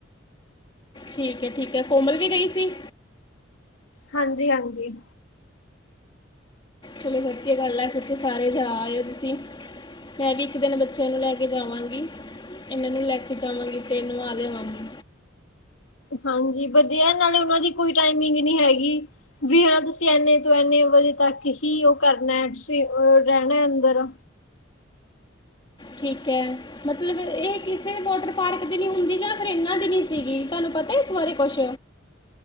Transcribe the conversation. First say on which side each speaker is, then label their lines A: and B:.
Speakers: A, on the left (about 25°); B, on the left (about 90°).
A: ਠੀਕ ਹੈ, ਠੀਕ ਹੈ, ਕੋਮਲ ਵੀ ਗਈ ਸੀ।
B: ਹਾਂਜੀ, ਹਾਂਜੀ।
A: ਚਲੋ ਵਧੀਆ ਗੱਲ ਆ ਫਿਰ ਤੇ ਸਾਰੇ ਜਾ ਆਏ ਓ ਤੁਸੀਂ। ਮੈਂ ਵੀ ਇੱਕ ਦਿਨ ਬੱਚਿਆਂ ਨੂੰ ਲੈ ਕੇ ਜਾਵਾਂਗੀ। ਇਹਨਾਂ ਨੂੰ ਲੈ ਕੇ ਜਾਵਾਂਗੀ ਤੇ ਨਵਾ ਲਿਆਵਾਂਗੀ।
B: ਹਾਂਜੀ ਵਧੀਆ ਨਾਲੇ ਉਹਨਾਂ ਦੀ ਕੋਈ ਟਾਈਮਿੰਗ ਨਹੀਂ ਹੈਗੀ। ਵੀ ਹਨਾ ਤੁਸੀਂ ਐਨੇ ਤੋਂ ਐਨੇ ਵਜੇ ਤੱਕ ਹੀ ਉਹ ਕਰਨਾ ਤੁਸੀਂ ਰਹਿਣਾ ਅੰਦਰ
A: ਠੀਕ ਏ ਮਤਲਬ ਇਹ ਕਿਸੇ ਵਾਟਰ ਪਾਰਕ ਦੀ ਨੀ ਹੁੰਦੀ ਜਾਂ ਫਿਰ ਇਹਨਾਂ ਦੀ ਨੀ ਸੀਗੀ ਤੁਹਾਨੂੰ ਪਤਾ ਇਸ ਬਾਰੇ ਕੁਛ